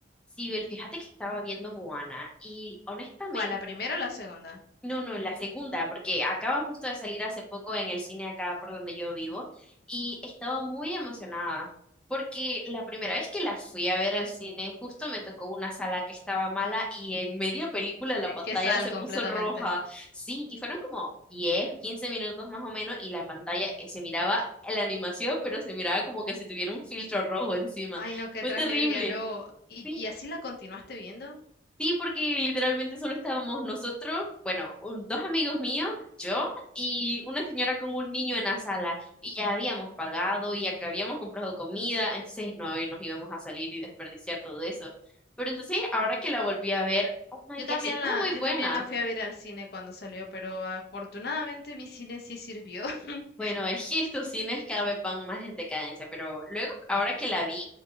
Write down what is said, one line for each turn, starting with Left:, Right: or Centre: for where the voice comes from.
Centre: Sibel, fíjate que estaba viendo Moana y honestamente,
Left: ¿Cuál? ¿La primera o la segunda?
Centre: no, no, la segunda, porque acaba justo de salir hace poco en el cine acá por donde yo vivo y estaba muy emocionada porque la primera vez que la fui a ver al cine justo me tocó una sala que estaba mala y en media película la
Left: Eh,
Centre: pantalla
Left: Que sal
Centre: se puso
Left: completamente.
Centre: roja. Sí, y fueron como 10 15 minutos más o menos y la pantalla eh, se miraba la animación, pero se miraba como que si tuviera un filtro rojo encima.
Left: Ay, no, qué
Centre: Fue
Left: tragedia,
Centre: terrible.
Left: no. ¿Y,
Centre: Sí.
Left: y así la continuaste viendo?
Centre: Sí, porque literalmente solo estábamos nosotros, bueno, un- dos amigos míos, yo y una señora con un niño en la sala. Y ya habíamos pagado, y acá habíamos comprado comida, entonces no y nos íbamos a salir y desperdiciar todo eso. Pero entonces, ahora que la volví a ver, oh my
Left: Yo también
Centre: gosh, estuvo
Left: la,
Centre: muy
Left: yo
Centre: buena.
Left: también la fui a ver al cine cuando salió, pero afortunadamente mi cine sí sirvió. <laughs>
Centre: Bueno, es que estos cines cada vez van más en decadencia, pero luego, ahora que la vi,